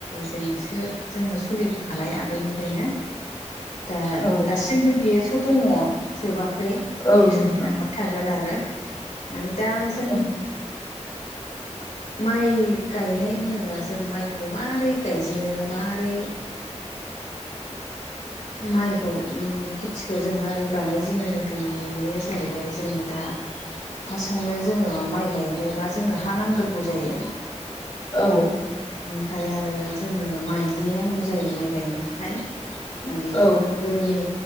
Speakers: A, on the left (about 80°); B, on the left (about 35°).
A: जोंसो जोङो सोलिबोखानाय आगोलनिफ्रायनो दा
B: औ
A: दासिमबो बेयोथ दङ जोबाखै
B: औ
A: बेयो
B: नोंथां
A: सोलिलांबाय थागोन आरो माने दा जों
B: औ
A: माइ गायनाय होनोबा जों माइखौ मारै गायजेनो मारै माइखौ खेथिखौ जों मारै बानायजेनो बेयो जाहैबाय जों दा फार्स्टआवनो जोङो माइ गायनोबा जोंनो हा नांग्रोगौ जायो
B: औ
A: बिनिफ्राय आरो जोंनो माइलि नांगौ जायो माइ गायनो थाखाय माने
B: औ
A: गोदोनि